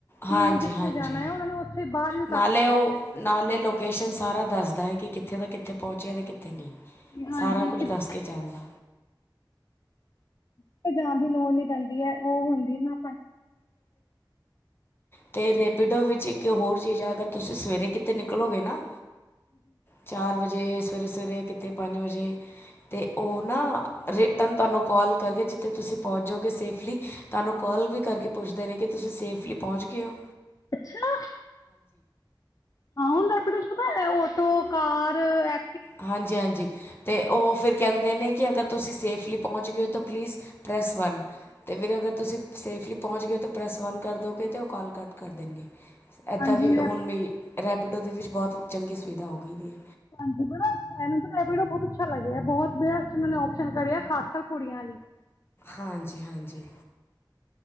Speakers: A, on the left (about 30°); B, on the left (about 45°).
A: ਹਾਂਜੀ-ਹਾਂਜੀ
B: ਉਹਨਾ ਨੂੰ ਜਿੱਥੇ ਜਾਣਾ ਆ ਉਹਨਾ ਨੂੰ ਉੱਥੇ ਬਾਹਰ ਈ
A: ਨਾਲੇ ਉਹ, ਨਾਲੇ ਲੋਕੇਸ਼ਨ ਸਾਰਾ ਦੱਸਦਾ ਹੈ ਕਿ, ਕਿੱਥੇ ਦਾ ਕਿੱਥੇ ਪਹੁੰਚਿਆ ਤੇ ਕਿੱਥੇ
B: ਹਾਂਜੀ
A: ਸਾਰਾ ਕੁਛ
B: ਕਿਸੇ
A: ਦੱਸ ਕੇ ਚੱਲਦਾ।
B: ਕੀਤੇ ਜਾਣ ਦੀ ਲੋੜ ਨੀ ਪੈਂਦੀ ਐ, ਉਹ ਹੁੰਦੀ ਏ ਨਾ
A: ਤੇ ਰੈਪੀਡੋ ਵਿੱਚ ਇੱਕ ਹੋਰ ਚੀਜ਼ ਆ, ਅਗਰ ਤੁਸੀਂ ਸਵੇਰੇ ਕਿ ਤੇ ਨਿਕਲੋਗੇ ਨਾ, ਚਾਰ ਵਜੇ ਸਵੇਰੇ-ਸਵੇਰੇ ਕਿਤੇ ਪੰਜ ਵਜੇ ਤੇ ਉਹ ਨਾ ਰਿਟਰਨ ਤੁਹਾਨੂੰ ਕੋਲ ਕਰਕੇ ਜਿੱਥੇ ਤੁਸੀਂ ਪਹੁੰਚ ਜੋਗੇ ਸੇਫਲੀ, ਤੁਹਾਨੂੰ ਕੋਲ ਵੀ ਕਰਕੇ ਪੁੱਛਦੇ ਨੇ, ਕਿ ਤੁਸੀਂ ਸੇਫਲੀ ਪਹੁੰਚ ਗਏ ਓ।
B: ਅੱਛਾ! ਹਾਂ, ਹੁਣ ਰੈਪੀਡੋ ਪਤਾ ਹੈ ਆਟੋ, ਕਾਰ ਐ
A: ਹਾਂਜੀ-ਹਾਂਜੀ, ਤੇ ਉਹ ਫਿਰ ਕਹਿੰਦੇ ਨੇ ਕਿ ਅਗਰ ਤੁਸੀਂ ਸੇਫਲੀ ਪਹੁੰਚ ਗਏ ਓ, ਤਾਂ ਪਲੀਜ਼ ਪਲੀਜ ਪ੍ਰੇਸ ਵੰਨ। ਤੇ ਫਿਰ ਅਗਰ ਤੁਸੀਂ, ਸੇਫਲੀ ਪਹੁੰਚ ਗਏ ਹੋ ਤਾਂ ਪ੍ਰੈੱਸ ਵੰਨ ਕਰ ਦੋਗੇ ਤੇ ਉਹ ਕਾਲ ਕੱਟ ਕਰ ਦੇਣਗੇ। ਐਦਾਂ
B: ਹਾਂਜੀ
A: ਵੀ, ਹੁਣ
B: ਰੈਪ
A: ਵੀ ਰੈਪੀਡੋ ਦੇ ਵਿੱਚ ਬਹੁਤ ਚੰਗੀ ਸੁਵਿਧਾ ਹੋ ਗਈ ਦੀ ਏ।
B: ਹਾਂਜੀ, ਬੜਾ ਮੈਨੂੰ ਤਾਂ ਇਹ ਰੈਪੀਡੋ ਬਹੁਤ ਅੱਛਾ ਲੱਗਿਆ, ਬਹੁਤ ਬੇਸਟ ਉਹ ਨੇ ਔਪਸ਼ਨ ਕੜਿਆ, ਖਾਸ ਕਰ ਕੁੜੀਆਂ ਲਈ।
A: ਹਾਂਜੀ-ਹਾਂਜੀ।